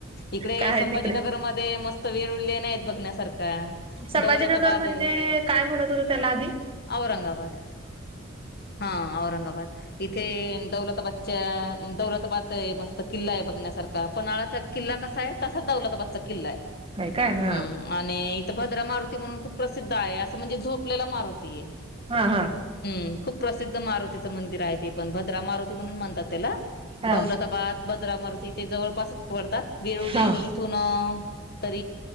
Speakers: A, on the left; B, on the right.
A: इकडे
B: काय आहे
A: संभाजीनगर
B: तिकडे
A: मध्ये मस्त वेळ उळले नाहीत बघण्यासारखे का
B: संभाजीनगर
A: दौलताबाद
B: म्हणजे
A: आहे
B: काय म्हणत होत त्याला आधी
A: औरंगाबाद हा औरंगाबाद इथे दौलतबाद दौलताबाद मस्त किल्ला आहे बघण्यासारखा पन्हाळाचा किल्ला कसा आहे तसा दौलताबादचा किल्ला आहे.
B: हाय काय हा
A: हम्म आणि तर भद्रा मारुती म्हणून खूप प्रसिद्ध आहे असं म्हणजे झोपलेला मारुती आहे.
B: हा हा
A: हम्म खूप प्रसिद्ध मारुतीचं मंदिर आहे ते पण भद्रा मारुती म्हणून म्हणतात त्याला
B: हा
A: दौलताबाद बद्र मारती ते जवळपास तात वेरळ
B: हा
A: इथून त